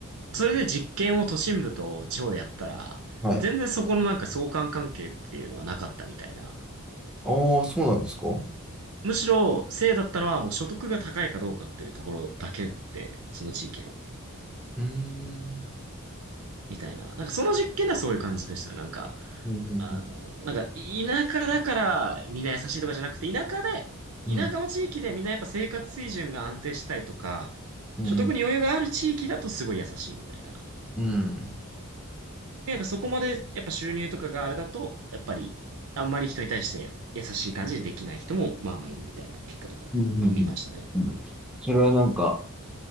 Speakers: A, on the right (about 70°); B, in the centre.
A: それで実験を都心部と地方でやったら、
B: はい。
A: まあ全然そこのなんか相関関係っていうのはなかったみたいな。
B: ああ、そうなんですかう
A: むしろ、せいだったのはもう所得が高いかどうかっていうところだけって、その地域の。
B: ーん。
A: みたいな。なんかその実験ではそういう感じでした。なんか、
B: うん。
A: あの、なんか田舎だからみんな優しいとかじゃなくて、田舎で、
B: うん。
A: 田舎の地域でみんなやっぱ生活水準が安定したりとか、
B: うん。
A: 所得に余裕がある地域だとすごい優しいみたいな。
B: うん。うん。
A: なんかそこまでやっぱ収入とかがあれだと、やっぱりあんまり人に対して優しい感じでできない人もまあまあいるみたいな結果とかを見ましたね。
B: うん。うんうんそれはなんか、